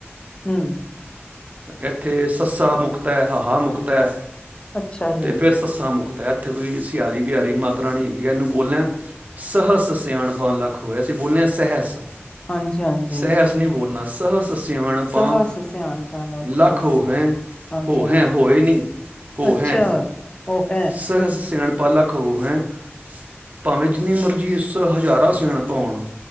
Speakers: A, on the left (about 20°); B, on the right (about 35°).
A: ਹੂੰ
B: ਐਥੇ ਸੱਸਾ ਮੁਕਤਾ ਐ ਹਾਹਾ ਮੁਕਤਾ ਐ
A: ਅੱਛਾ ਜੀ,
B: ਤੇ ਫੇਰ ਸੱਸਾਂ ਮੁਕ ਤ ਐਥੇ ਕੋਈ ਸਿਆਰੀ ਬਿਆਰੀ ਮਾਤ੍ਰਾ ਨੀ ਹੈਗੀ ਏਨੂੰ ਬੋਲਨੈ ਸਹਸ ਸਿਆਣਪਾ ਲੱਖ ਓ ਅਸੀਂ ਬੋਲਨੇ ਆਂ ਸੇਹੈਸ।
A: ਹਾਂਜੀ-ਹਾਂਜੀ,
B: ਸੇਹਸ ਨਹੀਂ ਬੋਲਨਾ ਸਹਸ ਸਿਆਣਪਾਂ
A: ਸਹਸ ਸਿਆਨ ਪਾਲਾ
B: ਲੱਖ
A: ਕੋਇ,
B: ਹੋਹੈਂ,
A: ਹਾਂਜੀ-ਹਾਂਜੀ,
B: ਹੋਹੈਂ, ਹੋਏ ਨੀ ਹੋਹੈਂ
A: ਅੱਛਾ। ਉਹ ਹੈ
B: ਸਹੈਸ ਸਿਆਣ ਲੱਖ ਹੋਹੈਂ ਭਾਵੇਂ ਜਿੰਨੀ ਮਰਜੀ ਇਸ ਹਜ਼ਾਰਾਂ ਸਿਆਣਪਾਂ ਹੋਣ